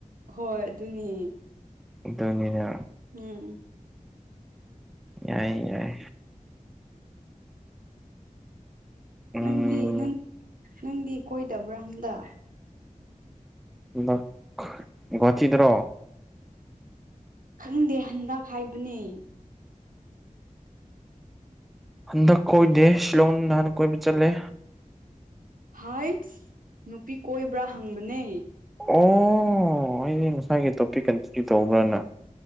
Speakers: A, on the right (about 80°); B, in the centre.
A: ꯍꯣꯏ ꯑꯗꯨꯅꯤ
B: ꯑꯗꯨꯅꯤꯅ
A: ꯎꯝ
B: ꯌꯥꯏ ꯌꯥꯏ ꯎꯝ
A: ꯅꯪꯗꯤ ꯅꯪ ꯅꯪꯗꯤ ꯀꯣꯏꯗꯕ꯭ꯔꯥ ꯍꯥꯏꯕꯅꯤꯗ
B: ꯍꯟꯗꯛ ꯒꯨꯋ꯭ꯥꯍꯥꯇꯤꯗ꯭ꯔꯣ
A: ꯈꯪꯗꯦ ꯍꯟꯗꯛ ꯍꯥꯏꯕꯅꯦ
B: ꯍꯟꯗꯛ ꯀꯣꯏꯗꯦ ꯁꯤꯂꯣꯡ ꯅꯍꯥꯟ ꯀꯣꯏꯕ ꯆꯠꯂꯦ
A: ꯍꯥꯏꯠꯁ ꯅꯨꯄꯤ ꯀꯣꯏꯕ꯭ꯔꯥ ꯍꯪꯕꯅꯦ
B: ꯑꯣ ꯑꯩꯗꯤ ꯉꯁꯥꯏꯒꯤ ꯇꯣꯄꯤꯛ ꯀꯟꯇꯤꯅ꯭ꯌꯨꯨꯨ ꯇꯧꯕ꯭ꯔꯅ